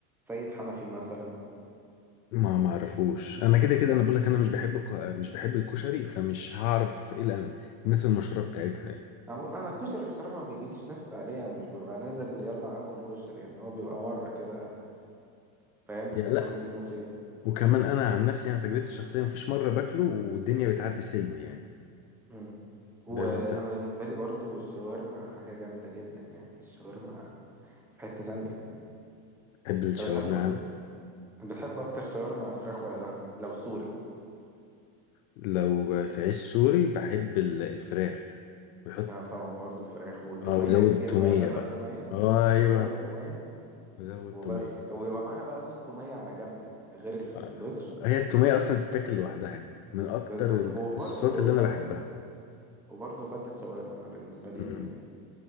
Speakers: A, in the centre; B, on the left.
A: سيد حنفي مثلا
B: ما معرفوش انا كده كده انا بقول لك انا مش بحب الك... مش بحب الكشري فمش هعرف ايه الأم- الناس المشهوره بتاعتها ايه
A: أبو- انا الكشري بصراحه ما بيجيليش نفس عليه يعني مش ببقى نازل يلا اكل كشري يعني هو بيبقى مره كده فاهم
B: يا لا
A: كل فين وفين
B: وكمان انا عن نفسي انا تجربتي الشخصيه مفيش مره باكله والدنيا بتعدي سلم يعني
A: امم وانا
B: دايما بتاع
A: بالنسبه لي برضو الشاورما حاجه جامده جدا يعني الشاورما في حته تانية
B: بحب الشاورما
A: انت بتحب
B: أنا.
A: بتحب اكتر شاورما فراخ ولا لحمه لو سوري
B: لو في عيش سوري بحب ال- الفراخ ويحط
A: انا طبعا برضو فراخ وتوميه
B: اه وزود
A: كتير
B: التوميه
A: بقى غرق
B: بقى
A: توميه
B: آه، ايوه
A: او ازود توميه
B: زود
A: وبس
B: توميه
A: كده. ويبقى معاها بقى صوص توميه على جنب يعني غير اللي في
B: آه،
A: السندوتش
B: هي التومية أصلا تتاكل لوحدها يعني من أكتر
A: بالظبط
B: ال-
A: وبرضو
B: الصوصات اللي
A: الفته
B: أنا بحبها
A: وبرضه فتة شاورما بالنسبة لي
B: مم.